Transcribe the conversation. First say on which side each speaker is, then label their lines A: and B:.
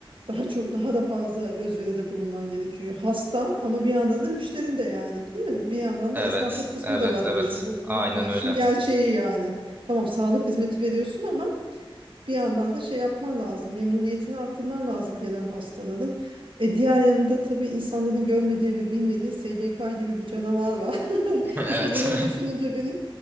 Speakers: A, on the right; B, on the right.
A: daha çok daha da fazla özveride bulunman gerekiyor. Hasta ama bir yandan da müşterin de yani, değil mi? Bir yandan
B: Evet
A: da esnaflık kısmı
B: evet
A: da var
B: evet
A: bu işin. Bu
B: aynen
A: bu bir işin
B: öyle.
A: gerçeği yani. Tamam, sağlık hizmeti veriyorsun ama bir yandan da şey yapman lazım, memnuniyetini arttırman lazım gelen hastaların. E diğer yanında tabii insanların görmediği ve bilmediği SGK gibi bir canavar var. <laughs>
B: <laughs> Evet.
A: İşte bunları düşününce beni